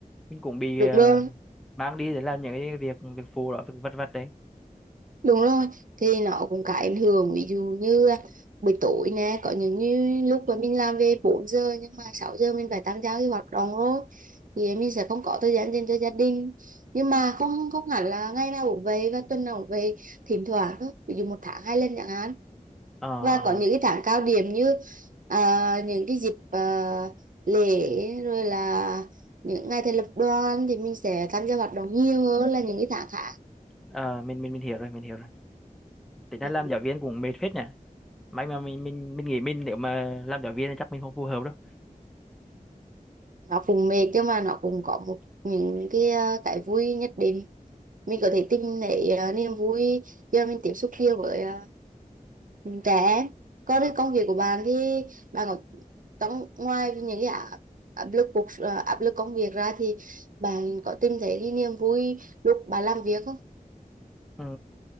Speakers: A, in the centre; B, on the right (about 65°).
A: mình cũng bị
B: được
A: ờ,
B: rồi
A: mang đi để làm những cái việc việc phụ đó việc vặt vặt đấy
B: đúng rồi thì nó cũng có ảnh hưởng ví dụ như buổi tối nè có những như lúc mà mình làm về bốn giờ nhưng mà 6 giờ mình phải tham gia cái hoạt động rồi thì mình sẽ không có thời gian dành cho gia đình nhưng mà không không hẳn là ngày nào cũng về và tuần nào cũng về thỉnh thoảng thôi ví dụ một tháng hai lần chẳng hạn
A: ờ
B: và
A: ờ
B: có những cái tháng cao điểm như à, những cái dịp à, lễ rồi là những ngày thành lập đoàn thì mình sẽ tham gia hoạt động nhiều hơn là những cái tháng khác
A: Ờ, mình mình mình hiểu rồi mình hiểu rồi tính ra
B: ừ.
A: làm giáo viên cũng mệt phết nhỉ may mà mình mình mình nghĩ mình nếu mà làm giáo viên thì chắc mình không phù hợp đâu
B: nó cũng mệt nhưng mà nó cũng có một những cái à, cái vui nhất định mình có thể tìm thấy à, niềm vui do mình tiếp xúc nhiều với à, trẻ em còn cái công việc của bạn thì bạn có trong ngoài những cái áp áp lực cuộc à, áp lực công việc ra thì bạn có tìm thấy cái niềm vui lúc bạn làm việc không
A: ừ,